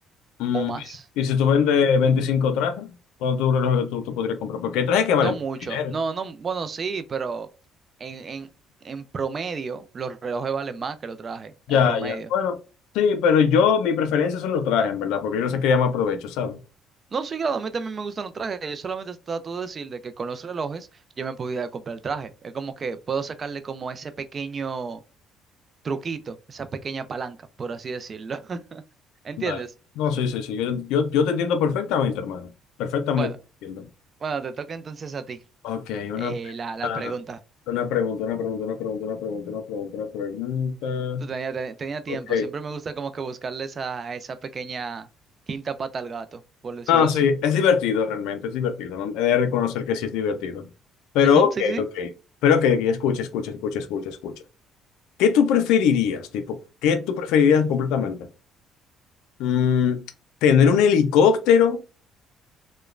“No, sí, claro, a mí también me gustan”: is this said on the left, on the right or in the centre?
Right